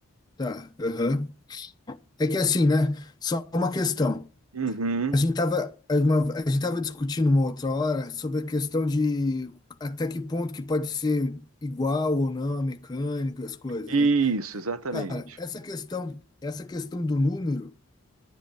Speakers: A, on the left; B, on the right.
A: tá. Aham. É que assim, né? Só uma questão.
B: Uhum.
A: A gente tava, uma- a gente tava discutindo uma outra hora sobre a questão de até que ponto que pode ser igual ou não a mecânica, as coisas,
B: Isso,
A: né?
B: exatamente.
A: Cara, essa questão, essa questão do número